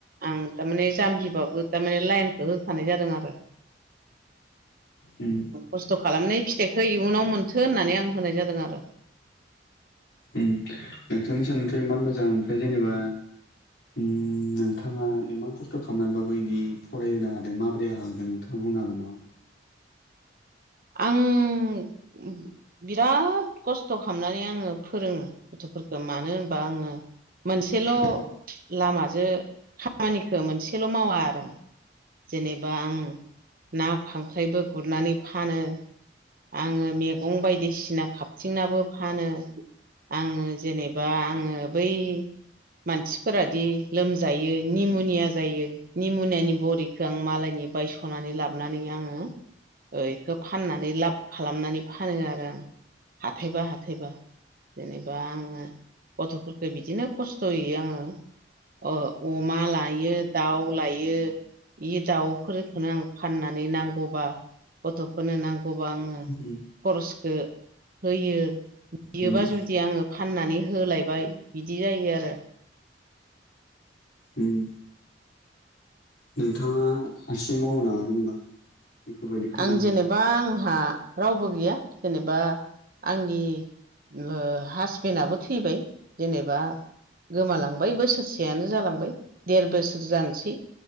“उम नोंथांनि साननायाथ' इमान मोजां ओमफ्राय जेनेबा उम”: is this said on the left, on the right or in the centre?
Left